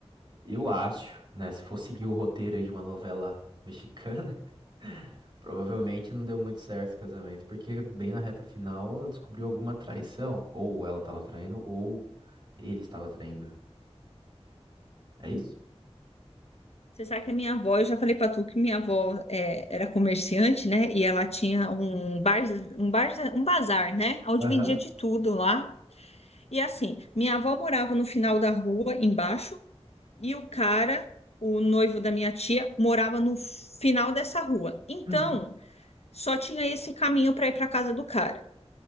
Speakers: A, on the right; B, on the left.
A: Eu acho, né? Se for seguir o roteiro aí de uma novela mexicana, <laughs> provavelmente não deu muito certo esse casamento, porque bem na reta final ela descobriu alguma traição. Ou ela estava traindo, ou ele estava traindo. É isso?
B: Você sabe que a minha avó, eu já falei para tu que minha avó eh, era comerciante, né? E ela tinha um bar, um bar, um bazar, né? Onde
A: Aham.
B: vendia de tudo lá. E assim, minha avó morava no final da rua, embaixo, E o cara, o noivo da minha tia, morava no final dessa rua. Então,
A: Uhum,
B: só tinha esse caminho para ir para casa do cara.